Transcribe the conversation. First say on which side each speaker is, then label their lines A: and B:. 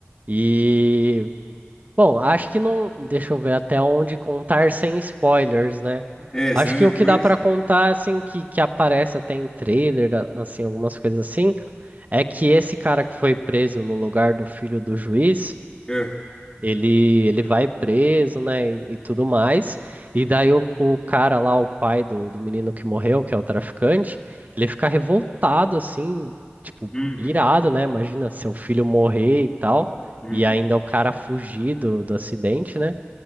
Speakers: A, on the right (about 35°); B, on the left (about 15°).
A: E Bom, acho que não. Deixa eu ver até onde contar sem spoilers, né?
B: É,
A: Acho
B: senão
A: que
B: depois.
A: o que dá pra contar, assim, que, que aparece até em trailer, a- assim, algumas coisas assim, é que esse cara que foi preso no lugar do filho do juiz,
B: é,
A: ele, ele vai preso, né, e, e tudo mais. E daí o, o cara lá, o pai do, do menino que morreu, que é o traficante, ele fica revoltado, assim, tipo,
B: Uhum.
A: irado, né? Imagina seu filho morrer e tal,
B: Uhum.
A: e ainda o cara fugir do, do acidente, né?